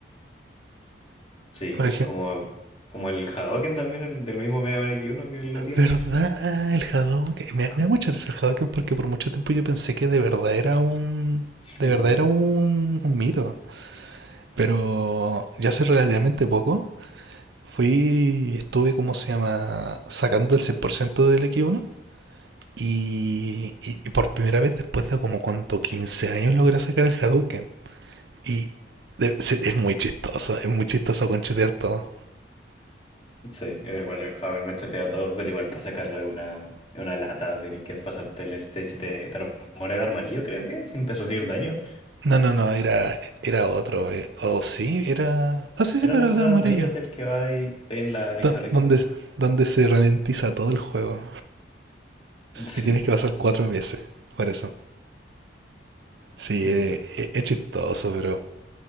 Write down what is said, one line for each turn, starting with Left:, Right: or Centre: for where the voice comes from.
Left: Sí,
Right: Por ejemplo,
Left: como, como el Hadoken también, el del mismo Mega Man X1 que lo tienen,
Right: ¿verdad? El Hadouken. Me, me da mucha risa el Hadouken porque por mucho tiempo yo pensé que de verdad era un...
Left: <laughs>
Right: De
Left: como
Right: verdad
Left: un mito.
Right: era un, un mito. Pero ya hace relativamente poco fui y estuve, ¿cómo se llama?, sacando el 100% del x uno Y, y- y por primera vez después de como cuánto, 15 años logré sacar el Hadouken. Y de- se- es muy chistoso, es muy chistoso conchetear todo.
Left: Sí, eh, igual el Hadoken machetea todo, pero igual para sacarlo es una, es una lata, tienes que pasarte el stage de, de armadura de armarillo, creo que, sin recibir daño.
Right: No, no, no, era, era otro. eh. O sí, era... Ah, sí,
Left: Era
Right: sí, pero
Left: Armadillos
Right: el de amarillo.
Left: el que va ahí, va ahí en la, en el
Right: Do-
Left: carrito.
Right: Donde, donde se ralentiza todo el juego.
Left: <laughs>
Right: Y tienes
Left: Sí.
Right: que pasar cuatro veces. Por eso. Sí,
Left: Ujú.
Right: eh, eh, es chistoso, pero...